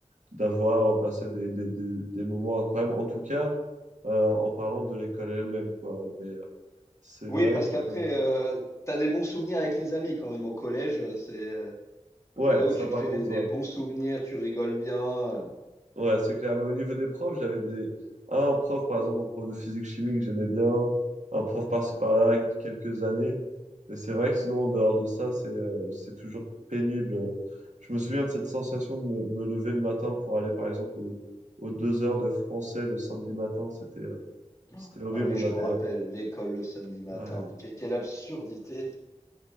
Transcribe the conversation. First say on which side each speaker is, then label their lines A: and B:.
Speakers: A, on the right; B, on the left.
A: d'avoir passé des, des, des, des moments incroyables, en tout cas euh, en parlant de l'école elle-même, quoi. Mais euh, c'est
B: Oui,
A: vrai
B: parce qu'après,
A: que...
B: euh, t'as des bons souvenirs avec les amis quand même au collège. euh, C'est euh,
A: Ouais,
B: c'est là où
A: ça
B: tu
A: par
B: te fais
A: contre,
B: des, des
A: ouais.
B: bons souvenirs, tu rigoles bien. euh.
A: Ouais, c'est clair. Mais au niveau des profs, j'avais des... un prof, par exemple, un prof de physique-chimie que j'aimais bien, un prof par-ci par-là, avec quelques années. Mais c'est vrai que sinon, en dehors de ça, c'est euh, c'est toujours pénible. Je me souviens de cette sensation de me, me lever le matin pour aller, par exemple, au- aux deux heures de français le samedi matin. C'était euh,
B: Oh.
A: c'était horrible.
B: Ah oui,
A: On
B: je
A: avait...
B: m'en rappelle,
A: euh,
B: l'école le samedi matin.
A: ouais.
B: Que- quelle absurdité.